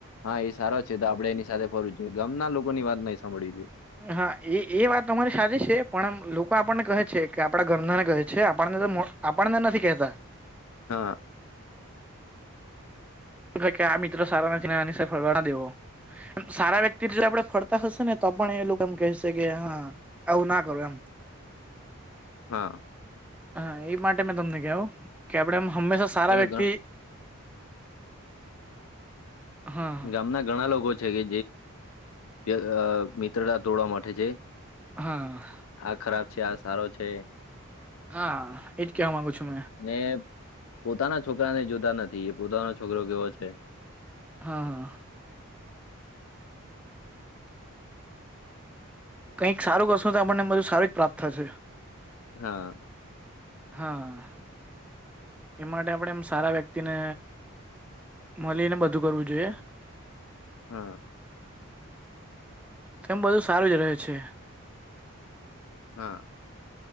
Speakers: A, on the left (about 75°); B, in the centre.
A: હા એ સારો છે, તો આપડે એની સાથે ફરું છે, ગામના લોકો ની વાત નઈં સાંભળી છે.
B: હા એ એ વાત અમારી સચ છે પણ લોકો આપણને કહે છે, કે આપડા ગરના ને કહે છે આપણને તો આપણ ને નથી કહેતા
A: હા
B: આ મિત્રો સારા નથી ફરવા ના દેવો સારા વ્યક્તિ જો આપડે ફરતા હશે, ને તો પણ એ લોકો એમ કહેશે કે હા આવું ના કરો એમ
A: હા
B: હા એ માટે મેં તમને કહું કે આપડેમ હંમેશા સારા
A: એવા
B: વ્યક્તિ
A: ઘ
B: હા
A: ગામના ઘણા લોકો છે કે જે મિત્રતા તોડવા માટે છે.
B: હા
A: આ ખરાબ છે આ સારો છે.
B: હા એજ કવા માંગુ છુ, મે
A: ને પોતાના છોકરા ને જોતા નથી એ પોતાનો છોકરો કેવો છે.
B: હા હા કંઈક સારું કશું તો આપણને બધું સારું જ પ્રાપ્ત થશે.
A: હા.
B: હા એ માટે આપણે એમ સારા વ્યક્તિને મળીને બધું કરવું જોઈએ.
A: હા
B: તેમ બધું સારુ જ રહે છે.
A: હા